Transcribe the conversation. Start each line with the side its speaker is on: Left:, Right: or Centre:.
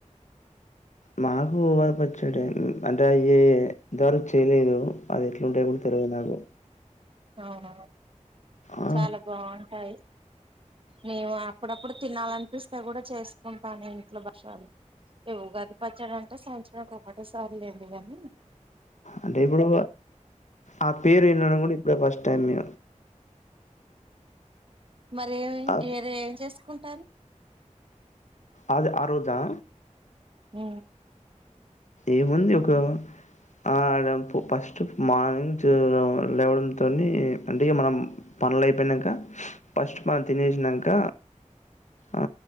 Left: మాకు ఉగాది పచ్చడే అంటే ది ఇంతవరకు చేయలేదు. అది ఎట్ల ఉంటయో కూడా తెల్వదు నాకు
Right: అవునా
Left: ఆ
Right: చాలా బాగుంటాయి మేము అప్పుడప్పుడు తినాలనిపిస్తే కూడా చేసుకుంటా నేను ఇంట్లో బక్షాలు ఇవు ఉగాది పచ్చడంటే సంవత్సరం ఒక ఒకటే సార్ లేం కానీ
Left: అంటే ఇపుడు ఆ పేరు విన్నడం కూడా ఇప్పుడే ఫస్ట్ టైమే
Right: మరీ ఏమి
Left: ఆ
Right: వరే ఏం చేసుకుంటారు
Left: అది ఆ రోజు ఆ
Right: మ్
Left: ఏముంది యొక్క ఆ అంపు ఫస్టు మార్నింగ్ చేయలేం లేవంతోని మనం పనులు ఐపోయినంక ఫస్ట్ మనం తినేసినంక ఆ